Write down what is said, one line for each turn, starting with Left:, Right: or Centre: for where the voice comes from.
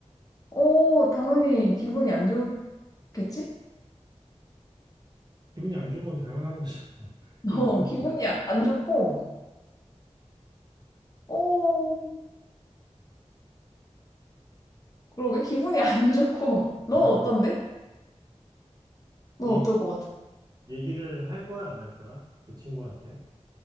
Left: 어, 당연히 기분이 안 좋겠지?
Right: 기분이 안 좋은 건 당연한 거잖아. <laughs>
Left: <laughs>
Right: 그
Left: 어,
Right: 말고
Left: 기분이 안 좋고, 어, 그러게 기분이 안 <laughs> 좋고. 넌
Right: 어,
Left: 어떤데? 넌
Right: 얘기
Left: 어떨 것 같아?
Right: 얘기를 할 거야 안 할 거야? 그 친구한테